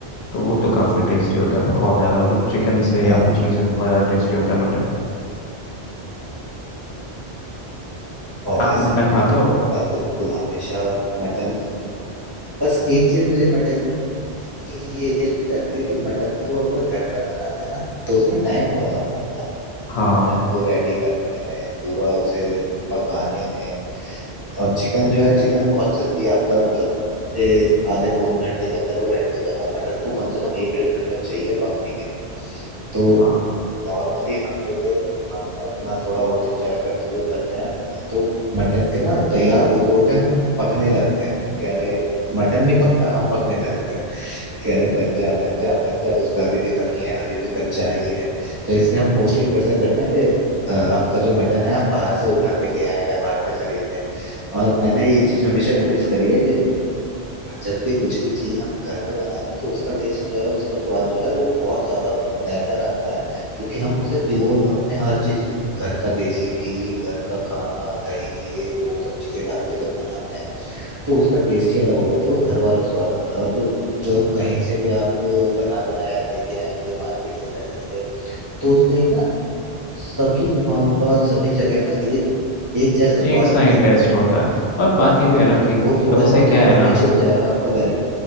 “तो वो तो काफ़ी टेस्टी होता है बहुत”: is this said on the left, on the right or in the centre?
Left